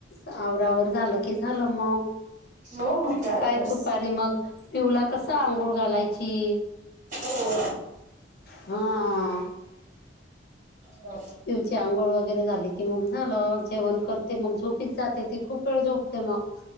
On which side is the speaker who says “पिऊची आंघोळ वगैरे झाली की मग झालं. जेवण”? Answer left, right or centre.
Left